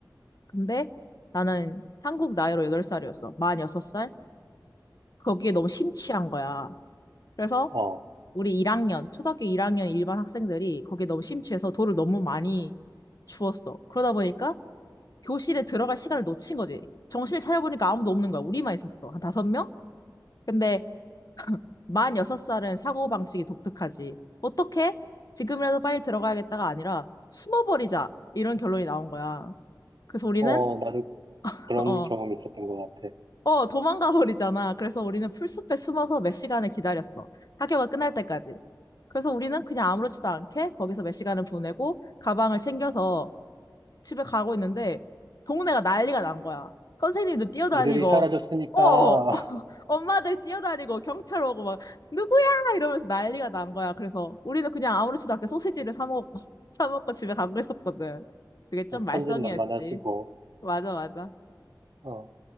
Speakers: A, on the left; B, on the right.
A: 근데 나는 한국 나이로 8살이었어. 만 6살. 거기에 너무 심취한 거야. 그래서
B: 어,
A: 우리 1학년, 초등학교 1학년 일반 학생들이 거기에 너무 심취해서 돌을 너무 많이 주웠어. 그러다 보니까 교실에 들어갈 시간을 놓친 거지. 정신을 차려보니까 아무도 없는 거야. 우리만 있었어. 한 다섯 명? 근데 만 여섯 살은 사고방식이 독특하지. 어떻게? 지금이라도 빨리 들어가야겠다가 아니라 숨어버리자. 이런 결론이 나온 거야. 그래서 우리는,
B: 어, 나도
A: <laughs>
B: 그런
A: 어,
B: 경험이 있었던 것 같아.
A: 어, 도망가 버리잖아. 그래서 우리는 풀숲에 숨어서 몇 시간을 기다렸어. 학교가 끝날 때까지. 그래서 우리는 그냥 아무렇지도 않게 거기서 몇 시간을 보내고 가방을 챙겨서 집에 가고 있는데 동네가 난리가 난 거야. 선생님들 뛰어다니고,
B: 애들이 사라졌으니까
A: 어, <laughs> 엄마들 뛰어다니고 경찰 오고 막 누구야 이러면서 난리가 난 거야. 그래서 우리는 그냥 아무렇지도 않게 소시지를 사 먹고 <laughs> 사 먹고 집에 가고 있었거든. 그게 좀
B: <laughs>
A: 말썽이었지.
B: 천진난만하시고,
A: 맞아, 맞아.
B: 어.